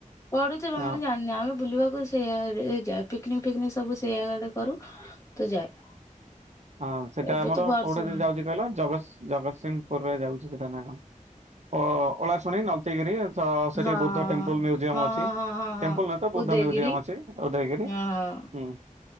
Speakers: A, on the left; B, on the right.
A: ପଡୁଥିବା
B: ହଁ
A: ମୁଁ ଜାଣିନି ଆମେ ବୁଲିବାକୁ ସେଇଆ ପିକନିକ ଫିକନିକ ସବୁ ସେଇ ଆଡେ କରୁ ତ ଯାଏ।
B: ହଁ ସେଟା
A: ଏବେ
B: ଆମର
A: ତ ବର୍ଷ
B: କୋଉଠି ଯ ଯାଉଛି କହିଲ ଜ ଜଗତସିଂହପୁର ରେ ଯାଉଛି ସେଟା ନା କଣ‌? ଓ ଓଳା ଶୁଣି ନ। ସେତିକିରି ସେଠି
A: ହଁ ହଁ
B: ବୁଦ୍ଧ ଟେମ୍ପଲ ମ୍ୟୁଜିୟମ
A: ହଁ
B: ଅଛି
A: ହଁ ହଁ ହଁ ହଁ
B: ଟେମ୍ପଲ ନୁହେଁତ ବୁଦ୍ଧ
A: ଉଦୟଗିରି
B: ମ୍ୟୁଜିୟମ ଅଛି। ଉଦୟଗିରି
A: ହଁ
B: ହୁଁ।
A: ହଁ